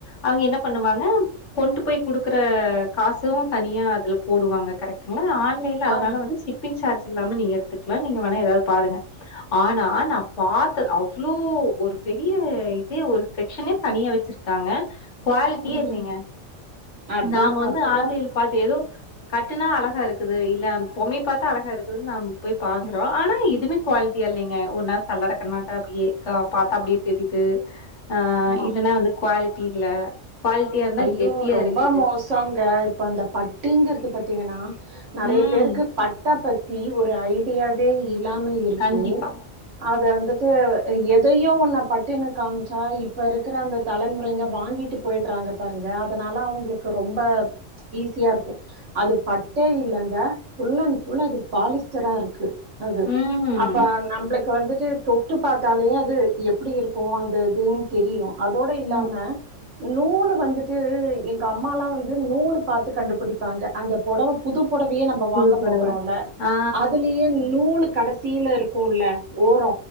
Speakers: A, on the left (about 65°); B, on the right (about 70°).
A: அவங்க என்ன பண்ணுவாங்க கொண்ட்டு போய் குடுக்குற காசு தனியா அதுல போடுவாங்க கரெக்டுங்ளா ஆ இல்ல இல்ல அதனால
B: ஆமா.
A: வந்து ஷிப்பிங் சார்ஜ் இல்லாம நீங்க எடுத்துக்லா நீங்க வேண எதாவ் பாருங்க ஆனா நா பாத்தத் அவ்ளோ ஒரு பெரிய இதே ஒரு செக்சனே தனியா வெச்சிர்க்காங்க குவாலிட்டியே
B: ம்
A: இல்லைங்க
B: அதா
A: நாம வந்து
B: அப்டிதா
A: ஆன்லைன்
B: இருக்கு
A: பாத்த எது கட்டுனா அழகா இருக்குது இல்ல அந் பொம்மை பாத்தா அழகா இருக் இது வந் நாம போய் பாக்குறோ ஆனா எதுமே குவால்ட்டியா இல்லைங்க ஒர் நா சல்லட கண்ணாட்ட அப்டியே க பாத்தா அப்டியே தெரியுது அ
B: ஆமா
A: இல்லனா வந்து குவால்ட்டி இல்ல குவாலிட்டியா இருந்தா
B: ஐயோ
A: கெட்டியா
B: ரொம்ப
A: இருக்குது
B: மோசோங்க இப்ப அந்த பட்டிங்கறது பாத் தீங்கன்னா நெறைய
A: ம்
B: பேருக்கு பட்டா ப த்தி இது ஒரு ஐடியாவே இல் லாம இருக்கு
A: கண்டிப்பா.
B: அது அந்த து எதையு ஒன்ன பட்டுன்னு காமிச்சா இப்போ இருக்கிற அந்த தலைமுறைங்க வாங்கிட்டு போய்ட்றாங்க பாருங்க அதனால அவுங்ளுக்கு ரொம்ப ச் ஈஸியா இருக்கு அது பட்டே இல்லங்க ஃபுல் அண் ஃபுல் அது பாலிஸ்டரா இருக்கு அது
A: ம்.
B: அப்ப நம்ப்ளுக்கு வந் துட்டு தொட்டு பாத்தாலே அது எப்பிடி இருக்கோ அந்த இதுன்னு தெரியு அதோட இல்லாம
A: ம்.
B: நூலு <unintelligible> ட்டு எங்க அம்மாலா வந்து நூலு பாத்து கண்டுபுடிப்பாங்க அங்க பொடவ புதுப் பொடவியே நம்ப
A: புது
B: வாங்க
A: புடவ.
B: போகுறோல
A: ஆ.
B: அதுலேயே நூலு கடசி கீழ இருக்குல ஓரோ